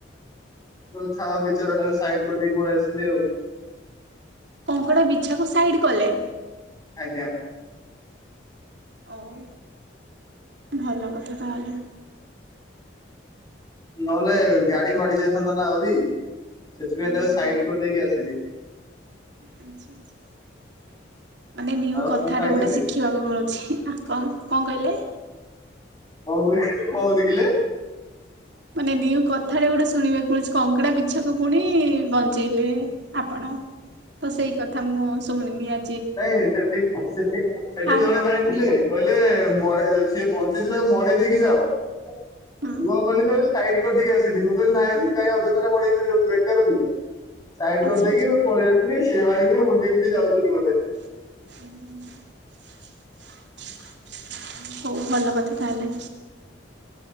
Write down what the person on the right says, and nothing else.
କଙ୍କଡ଼ା ବିଛାକୁ ସାଇଡ଼୍ କଲେ?
ଆଉ? ଭଲ କଥା ତାହେଲେ।
ଉୁଁ
ହୁଁ
ହୁଁ
ଆଚ୍ଛା ଆଚ୍ଛା। ମାନେ ନିଉ
କଥାଟା
ଗୋଟେ ଶିଖିବାକୁ ମିଳୁଛି। କଣ କଣ କହିଲେ?
ମାନେ ନିଉ କଥାଟା ଗୋଟେ ଶୁଣିବାକୁ ମିଳୁଛି, କଙ୍କଡା ବିଛାକୁ ପୁଣି ବଞ୍ଚେଇଲେ ଆପଣ ତ ସେଇ କଥା ମୁଁ ଶୁଣିଲି ଆ
ଫାଷ୍ଟ
ହୁଁ
ଆଚ୍ଛା
ଆଚ୍ଛା
<inaudible> ହୋଉ ଭଲ କଥା ତାହେଲେ।